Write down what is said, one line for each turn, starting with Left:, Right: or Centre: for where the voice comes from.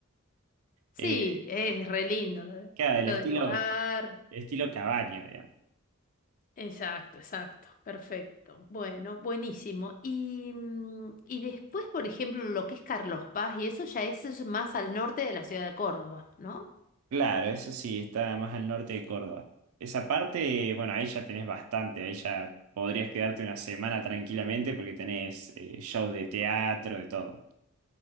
Left: Sí,
Right: eh,
Left: es
Right: eh,
Left: re lindo lo de-
Right: claro,
Left: lo
Right: el estilo,
Left: del hogar.
Right: estilo cabaña, digamos.
Left: Exacto, exacto. Perfecto. Bueno, buenísimo. Y, mm, y después, por ejemplo, lo que es Carlos Paz, y eso ya eso es más al norte de la ciudad de Córdoba, ¿no?
Right: Claro, eso sí, está más al norte de Córdoba. Esa parte, bueno, ahí ya tenés bastante, ahí ya podrías quedarte una semana tranquilamente porque tenés eh, shows de teatro, de todo.